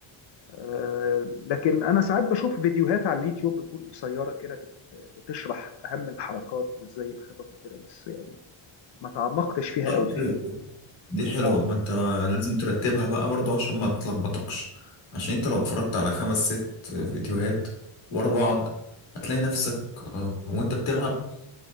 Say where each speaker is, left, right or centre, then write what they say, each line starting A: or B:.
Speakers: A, on the left; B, on the left.
A: آه، لكن انا ساعات بشوف فيديوهات على اليوتيوب بتكون قصيره كده بت- بتشرح اهم الحركات وازاي الخطط وكده بس يعني ما تعمقتش فيها
B: طيب
A: قوي
B: حلو دي حلوة
A: اه
B: ما انت لازم ترتبها بقى برضو عشان ما تتلخبطكش عشان انت لو اتفرجت على خمس ست فيديوهات ورا بعض هتلاقي نفسك آه، وانت بتلعب